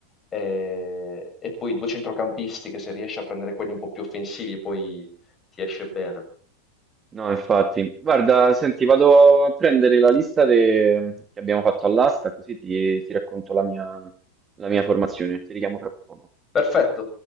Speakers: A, on the left; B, on the right.
A: eh, e poi due centrocampisti che se riesci a prendere quelli un po' più offensivi poi ti esce bene.
B: No, infatti, guarda, senti, vado a prendere la lista de- che abbiamo fatto all'asta, così ti, ti racconto la mia, la mia formazione. Ti richiamo fra poco.
A: Perfetto.